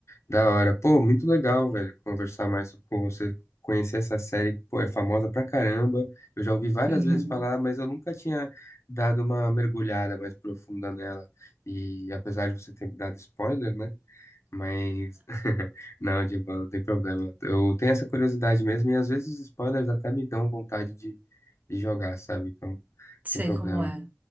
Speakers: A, on the left; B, on the right.
A: Da hora. Pô, muito legal, velho, conversar mais so-, com você, conhecer essa série que, pô, é famosa pra caramba. Eu já ouvi várias
B: Uhum.
A: vezes falar, mas eu nunca tinha dado uma mergulhada mais profunda nela. E apesar de você ter me dado spoiler, né? Mas <laughs> não, Divan, não tem problema. Eu tenho essa curiosidade mesmo e às vezes os spoilers até me dão vontade de, de jogar, sabe? Então, não
B: Sei
A: tem problema.
B: como é.